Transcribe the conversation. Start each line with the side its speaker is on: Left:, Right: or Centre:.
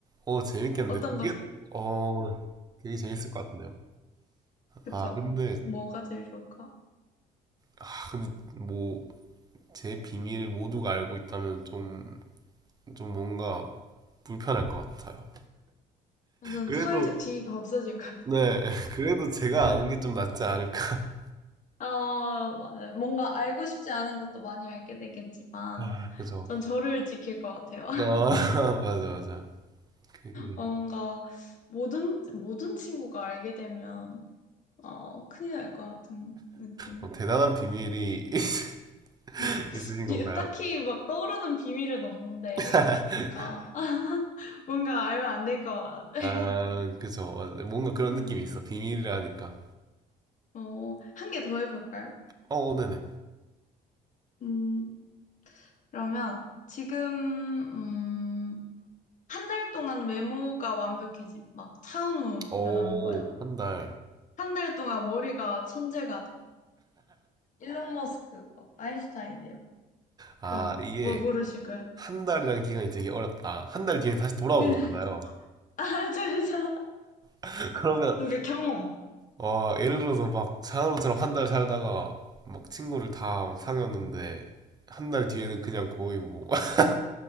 Right: 오 재밌겠는데
Left: 어떤
Right: 되게
Left: 거
Right: 어 되게 재밌을 것 같은데요.
Left: 그쵸?
Right: 아 근데
Left: 뭐가 제일 좋을까?
Right: 아 근데 뭐 제 비밀을 모두가 알고 있다면 좀 좀 뭔가 불편할 것 같아요.
Left: 저는
Right: 그래도
Left: 사회적 지위가 없어질 것 같아요.
Right: 네, <laughs> 그래도 제가
Left: <laughs>
Right: 아는 게 좀 낫지 않을까.
Left: 어, 맞아요. 뭔가 알고 싶지 않은 것도 많이 알게 되겠지만,
Right: 와, 그래서
Left: 전 저를 지킬 것 같아요. <laughs>
Right: 아, <laughs> 맞아, 맞아. 그, 음,
Left: 어, 뭔가 모든, 모든 친구가 알게 되면, 어, 큰일 날 것 같은 느낌.
Right: 어, 대단한 비밀이 <laughs>
Left: 아,
Right: 있으신
Left: 이-
Right: 건가요?
Left: 딱히 막 떠오르는 비밀은 없는데,
Right: <laughs>
Left: 뭔가, <laughs> 뭔가 알면 안 될 것 같아요.
Right: 아, 그죠. 맞아요. 뭔가
Left: 음,
Right: 그런 느낌이 있어. 비밀이라니까.
Left: 어, 한 개 더 해볼까요?
Right: 어, 네네.
Left: 음, 그러면 지금, 음, 한 달 동안 외모가 완벽해짐. 막 차은우로
Right: 오,
Left: 변하는 거예요.
Right: 한 달.
Left: 한 달 동안 머리가 천재가 돼. 일론 머스크, 막 아인슈타인 돼요.
Right: 아,
Left: 그럼
Right: 이게
Left: 뭐 고르실 거예요?
Right: 한 달이라는 기간이 되게 어렵다. 한 달 뒤엔 다시 돌아오는
Left: <laughs>
Right: 거잖아요.
Left: 아, 죄송.
Right: <laughs> 그러면
Left: 그러니까 경험.
Right: 와, 예를 들어서 막 사나로처럼 한 달 살다가 막 친구를 다 막 사귀었는데 한 달 뒤에는 그냥 거의 뭐 <laughs>